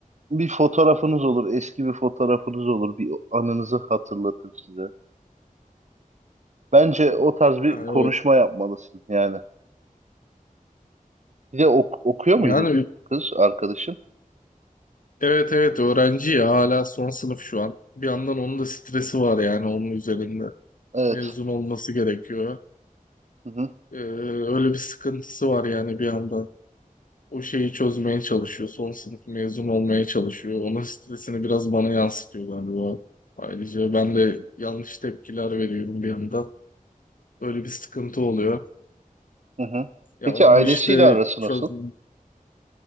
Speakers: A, on the right (about 55°); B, on the left (about 70°).
A: bir fotoğrafınız olur, eski bir fotoğrafınız olur, bir anınızı hatırlatır size. Bence o tarz bir
B: Yani
A: konuşma
B: evet.
A: yapmalısın yani. Bir de ok- okuyor
B: Yani
A: muydu kız arkadaşın?
B: evet evet öğrenci ya hala son sınıf şu an. Bir yandan onun da stresi var yani onun üzerinde.
A: Evet.
B: mezun olması gerekiyor.
A: Hı hı,
B: Ee, öyle bir sıkıntısı var yani bir yandan. O şeyi çözmeye çalışıyor. Son sınıf mezun olmaya çalışıyor. Onun stresini biraz bana yansıtıyor galiba. Ayrıca ben de yanlış tepkiler veriyorum bir yandan. Öyle bir sıkıntı oluyor.
A: hı hı.
B: Ya
A: Peki
B: onu
A: ailesiyle
B: işte
A: arası
B: çözmeyeyim.
A: nasıl?